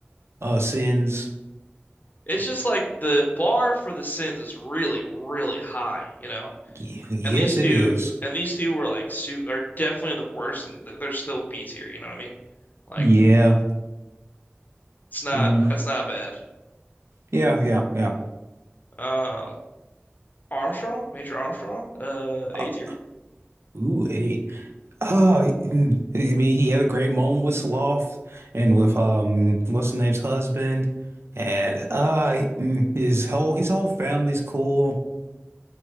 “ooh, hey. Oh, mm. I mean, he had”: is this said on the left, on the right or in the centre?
Right